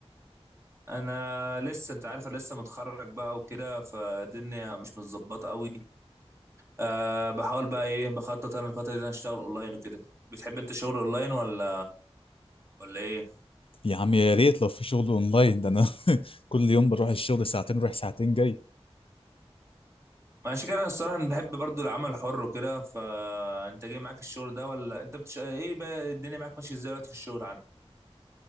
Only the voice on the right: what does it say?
أنا لسه أنت عارف أنا لسه متخرج بقى وكده فالدنيا مش متظبطة قوي أه بحاول بقى إيه بخطط أنا الفترة دي إن أنا أشتغل أونلاين وكده بتحب أنت شغل أونلاين ولا ولا إيه؟
ماشي كده أنا الصراحة أنا بحب برضو العمل الحر وكده فأنت جاي معاك الشغل ده ولا أنت بتش... إيه بقى الدنيا معاك ماشية إزاي دلوقتي في الشغل عندك؟